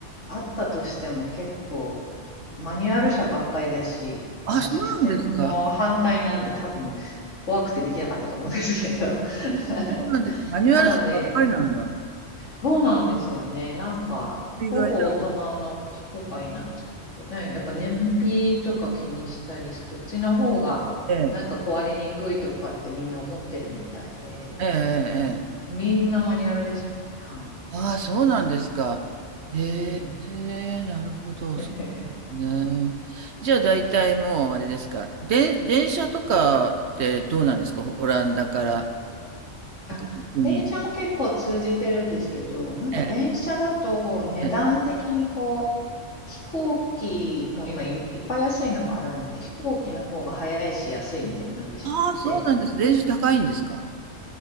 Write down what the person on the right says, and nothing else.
あ、
そうなんですか。
本当にそうなんです。マニュアル車ばっかりなんだ。
意外だ。
ええ、ええ、ええ。
ええ
ああ、そうなんですか。へえ、
なるほど。
そうなんですね。じゃあ大体もうあれですか。で、電車とかってどうなんですかオランダから北陸に。
ええ。ええ
ああ、そうなんです。電車高いんですか。